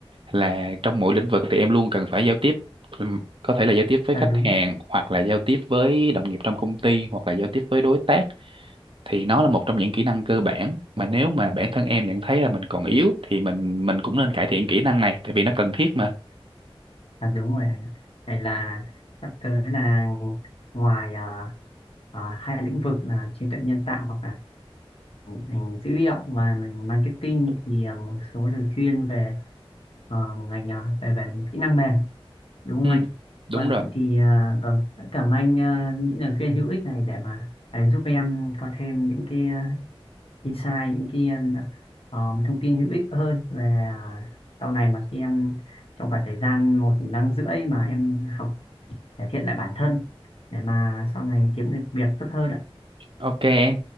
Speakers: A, on the right; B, on the left.
A: là trong mỗi lĩnh vực thì em luôn cần phải giao tiếp Ừm, có thể là giao tiếp với
B: là
A: khách
B: đúng
A: hàng
B: đó.
A: hoặc là giao tiếp với đồng nghiệp trong công ty hoặc là giao tiếp với đối tác thì nó là một trong những kỹ năng cơ bản mà nếu mà bản thân em nhận thấy là mình còn yếu thì mình mình cũng nên cải thiện kỹ năng này tại vì nó cần thiết mà
B: là đúng rồi anh ạ. vậy là sắp tới là ngoài à, à, hai lĩnh vực là trí tuệ nhân tạo hoặc là ngành dữ liệu và ngành marketing thì à, một số lời khuyên về à, ngành à, về về kỹ năng mềm đúng không
A: ừ,
B: anh vâng
A: đúng rồi
B: thế thì à, vâng rất cảm ơn anh à, những lời khuyên hữu ích này để mà để giúp em có thêm những cái à, insight những cái um, thông tin hữu ích hơn về à, sau này mà khi em trong khoảng thời gian một năm rưỡi mà em học cải thiện lại bản thân để mà sau này kiếm được việc tốt hơn ạ
A: ok em